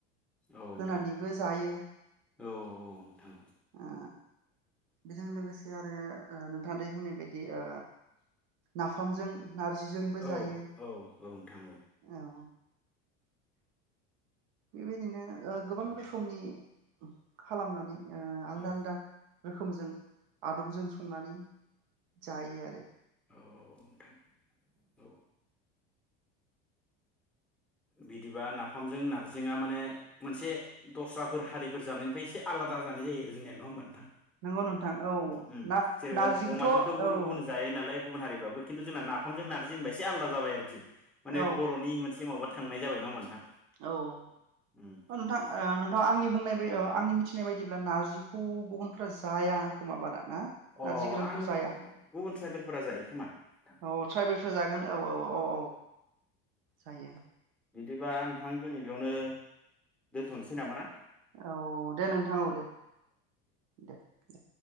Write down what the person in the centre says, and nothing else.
औ नोंथां
औ औ नोंथां
औ
औ नोंथां
औ
औ
औ औ औ नोंथां औ। बिदिबा नाफामजों नारजिजोंआ माने मोनसे दस्राफोर हारिफोर जानायनिफ्राय एसे आलादा जानाय जायो आरो जोंनिया नङा होमबा नोंथां?
उम
जेरै अमाजोंथ' गुबुन
जायो नालाय गुबुन हारिफ्राबो खिन्थु जों नाफामजों नारजि होनबा एसे आलदा जाबाय आरोखि। माने
बरनि मोनसे माबा। थांनाय जाबाय नङा नोंथां।
उम
उम
अ
आं
गुबुन ट्राइबेलफोरा जायो खोमा नोंथां
बिदिबा नोंथां दिनै बेयावनो दोन्थनोसै नामा ना।